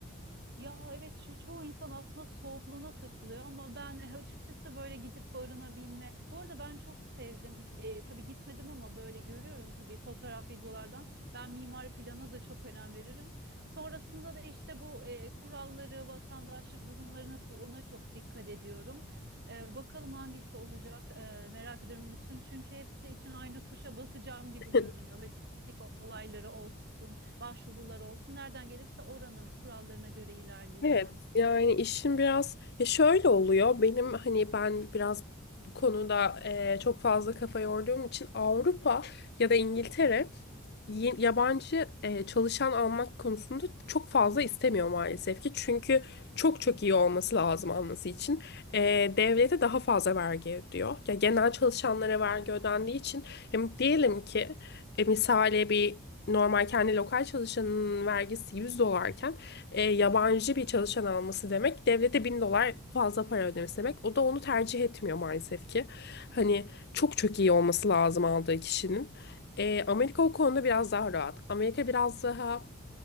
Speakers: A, on the right (about 50°); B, on the left (about 50°).
A: Ya evet şu çoğu insan aslında soğukluğuna takılıyor ama ben <laughs> açıkçası böyle gidip barınabilme. Bu arada ben çok sevdim. İt- E, tabii gitmedim ama böyle görüyorum tabii fotoğraf videolardan. Ben mimari plana da çok önem veririm. Sonrasında da işte bu e, kuralları, vatandaşlık durumları nasıl ona çok dikkat ediyorum. E, bakalım hangisi olacak e, merak ediyorum bütün çünkü hepsi için aynı tuşa basacağım gibi
B: <laughs>
A: görünüyor ve denklik olayları olsun başvurular olsun. Nereden gelirse oranın kurallarına göre ilerleyeceğim.
B: Evet yani işin biraz ya şöyle oluyor benim hani ben biraz bu konuda e, çok fazla kafa yorduğum için Avrupa ya da İngiltere ye- yabancı e, çalışan almak konusunda çok fazla istemiyor maalesef ki. Çünkü çok çok iyi olması lazım alması için. E, devlete daha fazla vergi ödüyor. Ya genel çalışanlara vergi ödendiği için em, diyelim ki e, misale bir normal kendi lokal çalışanın vergisi 100 dolarken e, yabancı bir çalışan alması demek devlete bin dolar fazla para ödemesi demek. O da onu tercih etmiyor maalesef ki. Hani çok çok iyi olması lazım aldığı kişinin. E, Amerika o konuda biraz daha rahat. Amerika biraz daha